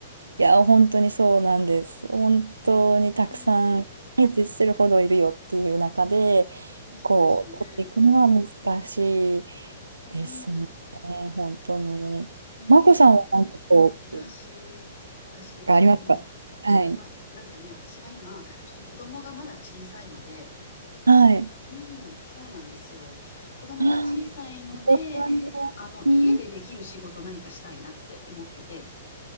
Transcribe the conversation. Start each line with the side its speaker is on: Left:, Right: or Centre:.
Right: いや、本当にそうなんです。本当にたくさん、
Left: ねえ。
Right: 相手するほどいるよっていう中で、
Left: ねえ、そうですよね。
Right: こう、取っていくのは難しい
Left: うん。
Right: ですね。本当に。
Left: ねえ、
Right: マコさんは何かこう、
Left: えでも、私、私ですかうん。
Right: がありますかはい。
Left: ありま、なんかね、私は今、ちょっと子供がまだ小さいので、
Right: はい。
Left: うん、そうなんですよ。子供が小さいので、
Right: あー、お子さんが、
Left: あの、家でできる仕事何かしたいなって思ってて、
Right: うん。